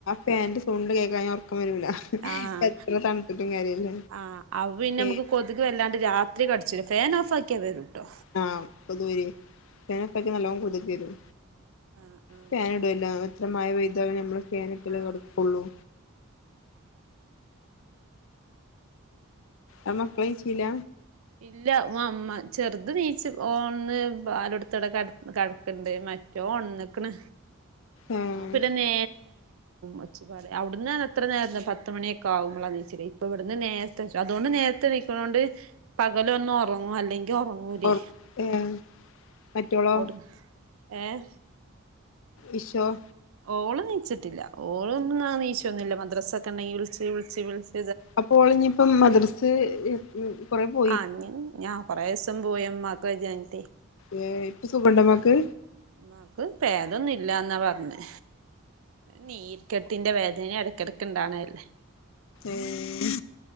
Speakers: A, on the left; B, on the right.
A: ഫാന്റെ സൗണ്ട് കേക്കാഞ്ഞാ ഉറക്കം വരൂല
B: ആഹ്
A: എത്ര തണു ത്തി ട്ടും കാര്യല്ല
B: ആഹ് അത് പിന്നെ
A: ഫാൻ
B: നമുക്ക് കൊതുക് വല്ലാണ്ട് രാത്രി കടിച്ച് ഫാൻ ഓഫ് ആക്കിയാ വരൂട്ടോ
A: ആഹ കൊ തുവരി ഫാൻ ഓഫാക്കിയ പ് നല്ലോണം കൊതുക്കരും
B: ആഹ് ആഹ്
A: ഫാനിടല്ല അത്ര മഴ പൈ താലേ നമ്മൾ ഫാനിട്ടല്ലേ
B: ആഹ്
A: കെ ടുകുള്ളൂ അമ്മക്ക ലെയ് ചില്ല
B: ഇല്ല അമ്മ ചെറുത് നീച്ച് ഓന്ന് പാലടുത്തടെ കട കടക്കണ്ട്മ റ്റൊ ണണ്ണിക്കണ്
A: ഏഹ്
B: ഓ പിന്നെ നേ ഒച്ചപാട് അവിന്ന് അത്ര നേരം പത്ത് മണിയൊക്കെ ആകുമ്പോളാണ് നമ്മലെണീച്ചല് ഇപ്പ ഇവിടുന്ന് നേ അതുകൊണ്ട് നേരത്തെണി ക്കുന്നോണ്ട് പകലൊന്ന് ഉറങ്ങും അല്ലെങ്കിൽ ഉറങ്ങ ങ്ങൂ ലി
A: ഒർ ഏഹ് മറ്റോളോ
B: അവിടുന്ന് ഏഹ
A: ഈ്ർ
B: ഓളെ നീച്ചിട്ടില്ല ഓളൊന്നും നീച്ചൊന്നുമില്ല മദ്രസൊ ക്കെ ഉണ്ടെങ്കിൽ വിളിച്ച് വിളിച്ച് വിളി
A: അപ്പോളി ന്നി ഇപ്പം മദ്രസെ കുറെപോ
B: ആ ഞാൻ കുറേ ദിവസം പോയ്മ്മാക്ക് വയ്യാഞ്ഞിട്ട്
A: ഏ ഇപ്പൊ സുഖണ്ടമാക്ക്
B: മ്മാ ക്ക് ഭേദൊന്നും ഇല്ലാ ന്നാ പറഞ്ഞേ നീർ ക്കെട്ടിന്റെ വേദന ഇടക്കിടക്ക ഇണ്ടാവണല്ലേ
A: ഏഹ്